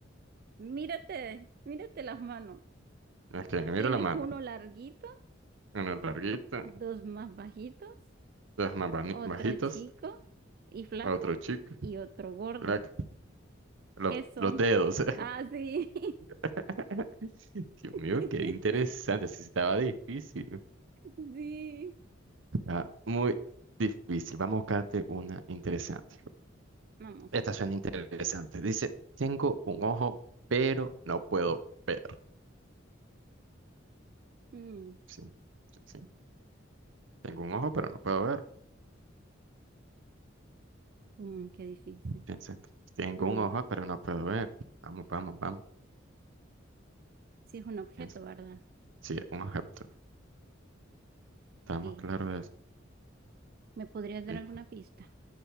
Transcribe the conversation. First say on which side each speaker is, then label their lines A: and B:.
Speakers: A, on the right (about 50°); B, on the right (about 75°).
A: Mírate, mírate las manos.
B: No, Es que miro
A: Tienes
B: la mano.
A: uno larguito,
B: Una larguita,
A: dos más bajitos,
B: dos más bani-
A: otro
B: bajitas.
A: chico y flaco
B: Otro chico.
A: y otro gordo.
B: black, Los,
A: ¿Qué son?
B: los dedos.
A: Ah, sí.
B: <laughs> Dios
A: <laughs>
B: mío, qué interesante. Sí, sí, estaba difícil.
A: Sí.
B: Está muy difícil. Vamos a buscarte una interesante.
A: Vamos.
B: Esta suena interesante. Dice, tengo un ojo, pero no puedo ver.
A: Mm,
B: Sí, sí, sí. Tengo un ojo, pero no puedo ver.
A: mm, qué difícil.
B: Piensa, tengo
A: Mm,
B: un ojo, pero no puedo ver. Vamos, vamos, vamos.
A: sí, es un objeto,
B: Piensa.
A: ¿verdad?
B: Sí, un objeto. Estamos
A: ¿Y
B: claros de eso.
A: me podrías dar
B: Sí.
A: alguna pista?